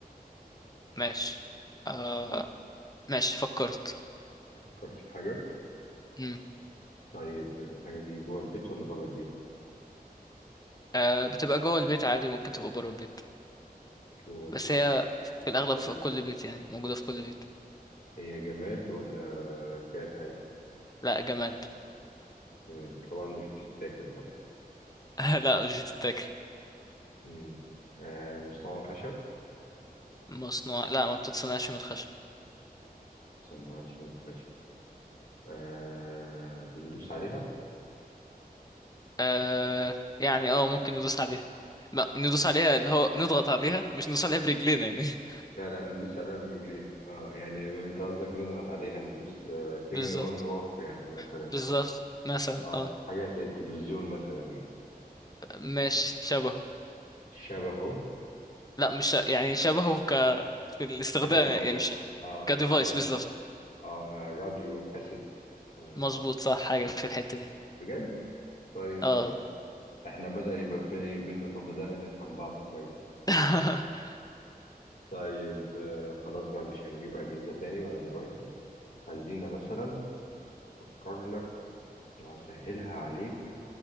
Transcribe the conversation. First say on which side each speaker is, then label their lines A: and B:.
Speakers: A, on the left; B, on the left.
A: ماشي آه ماشي فكرت
B: فكرت في حاجة
A: مم.
B: طيب الحاجة دي جوه البيت ولا بره البيت؟
A: آه بتبقى جوه البيت عادي ممكن تبقى بره البيت
B: جوه
A: بس
B: البيت
A: هي في الأغلب
B: بره
A: في
B: البيت.
A: كل بيت يعني موجودة في كل بيت
B: هي جماد ولا كائن حي؟
A: لا جماد
B: تمام طبعا مش بتتاكل طبعا
A: <laughs> لا مش بتتاكل
B: مم. آه مصنوعة من خشب؟
A: مصنوع لا ما بتتصنعش من الخشب
B: مصنوعة من خشب آه بندوس عليها
A: آه يعني اه ممكن ندوس عليها ما ندوس عليها اللي هو نضغط عليها مش ندوس عليها برجلينا يعني
B: لا لا ندوس عليها برجلين اه يعني انت قصدك نضغط عليها ندوس تجني
A: <laughs> بالظبط
B: اون اوف يعني مثلا
A: بالظبط مثلا
B: اه
A: اه
B: حاجه زي التلفزيون مثلا يعني
A: ماشي شبهه
B: شبهه
A: لا مش ش- يعني شبهه ك في الاستخدام
B: كديفايس
A: يعني مش
B: اه
A: كديفايس
B: مثلا
A: بالظبط
B: اه راديو كاسيت آه
A: مظبوط صح حاجة في الحتة دي
B: بجد طيب
A: اه
B: ده- احنا بدأ يبقى في بينا طب بدأنا نفهم بعض كويس
A: <laughs>
B: طيب آه خلاص بقى مش هنجيب أجهزة تاني ولا ديفايسز خلينا مثلا أفكر لك وهسهلها عليك